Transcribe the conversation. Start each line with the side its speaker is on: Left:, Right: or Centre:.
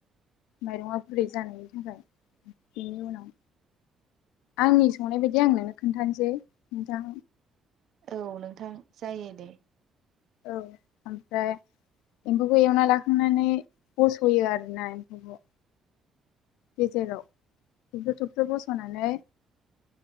Left: माइरङा बुरै जानायनि थाखाय बेनि उनाव आंनि संनाय बायदि आं नोंनो खोन्थानोसै नोंथां।
Right: औ नोंथां जायो दे
Left: औ ओमफ्राय एम्फौखौ एवना लाखांनानै बसयो आरोना एम्फौखौ गेजेराव थफ्र' थफ्र बस'नानै